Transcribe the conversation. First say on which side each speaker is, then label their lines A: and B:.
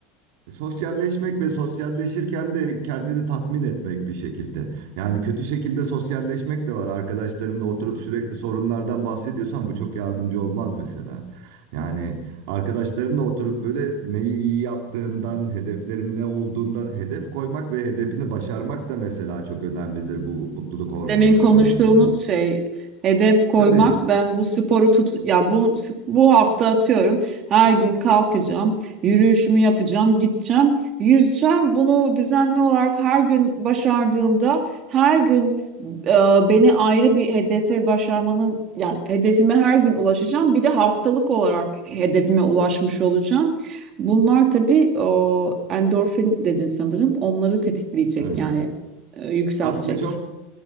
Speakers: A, on the right (about 70°); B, on the right (about 40°).
A: Sosyalleşmek ve sosyalleşirken de kendini tatmin etmek bir şekilde. Yani kötü şekilde sosyalleşmek de var. Arkadaşlarınla oturup sürekli sorunlardan bahsediyorsan bu çok yardımcı olmaz mesela. Yani arkadaşlarınla oturup böyle neyi iyi yaptığından, hedeflerin ne olduğundan hedef koymak ve hedefini başarmak da mesela çok önemlidir bu mutluluk hormonları
B: Demin konuştuğumuz
A: konusunda.
B: şey hedef koymak.
A: Tabii.
B: Ben bu sporu tut ya bu bu hafta atıyorum. Her gün kalkacağım, yürüyüşümü yapacağım, gideceğim, yüzeceğim. Bunu düzenli olarak her gün başardığımda her gün e, beni ayrı bir hedefe başarmanın yani hedefime her gün ulaşacağım. Bir de haftalık olarak hedefime ulaşmış olacağım. Bunlar tabii o endorfin dedin sanırım. Onları tetikleyecek
A: evet.
B: yani e, yükseltecek.
A: Aslında çok